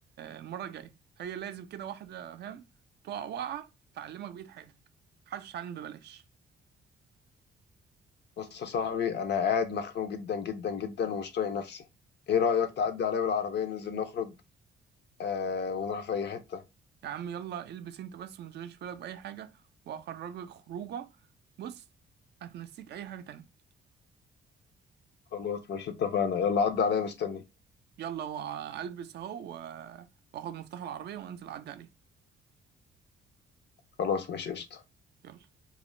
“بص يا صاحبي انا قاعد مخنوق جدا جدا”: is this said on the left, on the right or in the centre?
Left